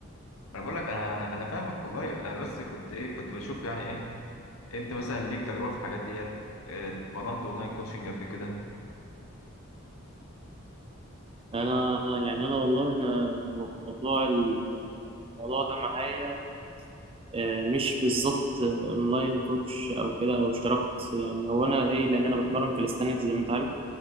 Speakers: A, on the left; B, on the right.
A: انا بقول لك انا انا أنا فاهمك والله انا بس كنت ايه كنت بشوف يعني ايه انت مثلا ليك تجربه في الحاجات ديت آه، اتمرنت اونلاين كوتشنج قبل كده
B: انا يعني انا والله انا موضوع ال- الموضوع ده معايا آه، مش بالظبط اونلاين كوتش او كده او اشتركت يعني هو انا ايه لان انا بتمرن كاليستانكس زي ما انت عارف